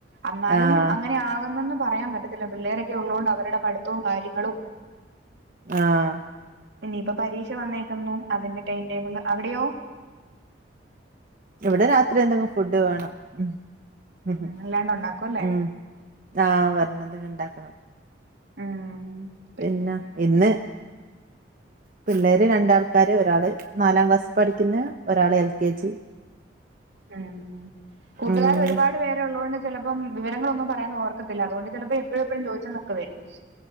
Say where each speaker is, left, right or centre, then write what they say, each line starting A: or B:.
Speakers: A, on the right; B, on the right.
A: അന്നാലും
B: ആഹ്
A: അങ്ങനെ ആകുന്നന്ന് പറയാൻ പറ്റത്തില്ല പിള്ളേരൊക്കെ ഉള്ളതൊണ്ട് അവരുടെ പഠിത്തവും കാര്യങ്ങളും
B: ആഹ്
A: ഇനിയിപ്പ പരീക്ഷ വന്നേക്കുന്നു അതിന്റെ ടൈം ടേബിൾ. അവിടെയോ?
B: ഇവ്ടെ രാത്രി എന്തങ്ങും ഫുഡ് വേണം ഉം ഉം
A: അല്ലാണ്ട് ഉണ്ടാക്കും അല്ലേ
B: ഉം ആഹ് പറഞ്ഞത് ഇണ്ടാക്കണം.
A: ആഹ്
B: പിന്നെ ഇന്ന് പിള്ളേര് രണ്ടാൾക്കാര് ഒരാള് നാലാം ക്ലാസി പഠിക്ക്ന്ന് ‌ ഒരാള് എൽ കെ ജി
A: ഉം കൂട്ടുകാര്
B: ഉം
A: ഒര്പാട് പേരുള്ളകൊണ്ട് ചെലപ്പം വിവരങ്ങളൊന്നും പറ കാരണം ഓർക്കത്തില്ല അതുകൊണ്ട് ചെലപ്പോ എപ്പഴും എപ്പഴും ചോയിച്ചൊന്നൊക്കെ വരും